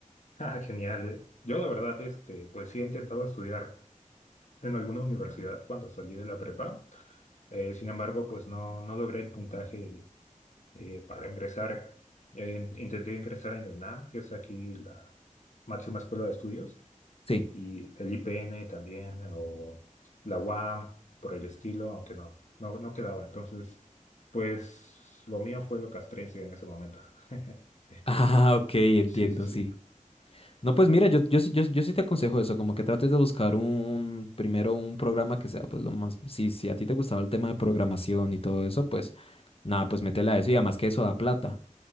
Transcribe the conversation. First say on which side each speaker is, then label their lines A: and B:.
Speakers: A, on the left; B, on the left.
A: Ah, genial. eh. Yo, la verdad, este, pues sí he intentado estudiar en alguna universidad cuando salí de la prepa. Eh, sin embargo, pues no, no logré el puntaje eh, para ingresar. Eh, in- intenté ingresar en UNAM, que es aquí la máxima escuela de estudios.
B: Sí.
A: y
B: <laughs>
A: el IPN también, o la UAM, por el estilo, aunque no, no, no quedaba. Entonces, pues lo mío fue lo castrense en ese momento. <laughs>
B: Ah, ok, entiendo,
A: Sí, sí, sí.
B: sí. No, pues mira, yo, yo, sí- yo, yo sí te aconsejo eso, como que trates de buscar un, primero un programa que sea, pues lo más, si, si a ti te gustaba el tema de programación y todo eso, pues nada, pues métela a eso y además que eso da plata.